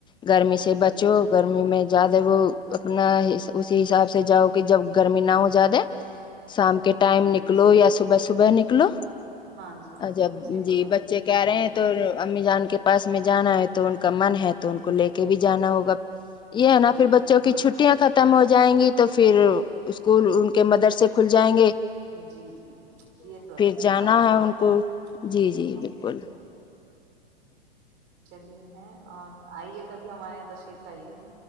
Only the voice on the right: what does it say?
جی
جی
جی بالکل
صحیح فرمایا
ہاں جی ہاں جی
بالکل صحیح فرمایا
ہاں
جی
جی
ہاں
جی جی یہ تو ہے پھر
وہ کہاں جا
پائیں گے
مشکل
ہو جائے گا <inaudible> چلیے ہیں اور آئیے کبھی ہمارے یہاں تشریف بھائی